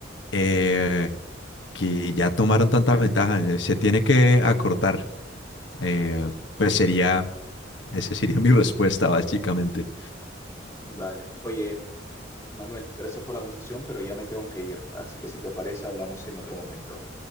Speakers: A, on the left; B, on the left.
A: eh, que ya tomaron tanta ventaja, se tiene que acortar. Eh, pues sería, esa sería mi <laughs> respuesta, básicamente.
B: Vale. Oye, Manuel, gracias por la conversación, pero ya me tengo que ir. Así que si te parece, hablamos en otro momento.